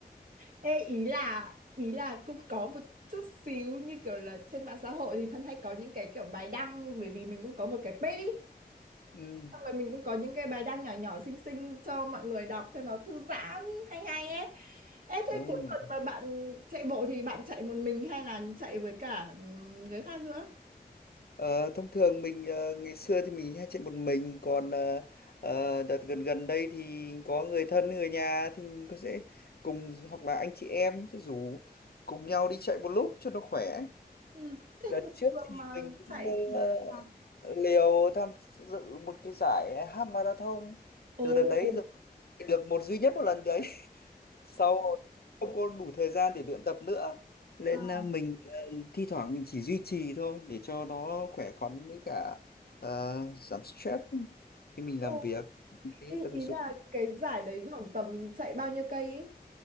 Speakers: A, on the right; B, on the left.
A: Ê, ý là ý là cũng có một chút xíu như kiểu là trên mạng xã hội thì Thân hay có những cái kiểu bài đăng bởi vì mình cũng có một cái page ý
B: <laughs> ừ.
A: xong rồi mình cũng có những cái bài đăng nhỏ nhỏ xinh xinh cho mọi người đọc cho nó thư giãn hay hay ấy Ê, thế
B: Ừ.
A: cuối tuần mà bạn chạy bộ thì bạn chạy một mình hay là chạy với cả người khác nữa?
B: Ờ, thông thường mình ờ, ngày xưa thì mình hay chạy một mình còn ờ, ờ, đợt gần gần đây thì có người thân người nhà thì mình có sẽ cùng hoặc là anh chị em sẽ rủ cùng nhau đi chạy một lúc cho nó khỏe
A: Ừ. Thế
B: đợt
A: thường
B: trước thì
A: mà
B: mình cũng
A: chạy thì
B: ờ,
A: à.
B: Liều tham dự một cái giải half marathon
A: Ồ,
B: từ đợt đấy rồi được một duy nhất một lần đấy <laughs> sau không có đủ thời gian để luyện tập nữa nên
A: à,
B: à, mình à, thi thoảng mình chỉ duy trì thôi để cho nó khỏe khoắn với cả à, giảm stress khi mình
A: ồ.
B: làm việc Mình thấy
A: Ý,
B: tập
A: ý
B: thể dục
A: là cái giải đấy khoảng tầm chạy bao nhiêu cây ấy?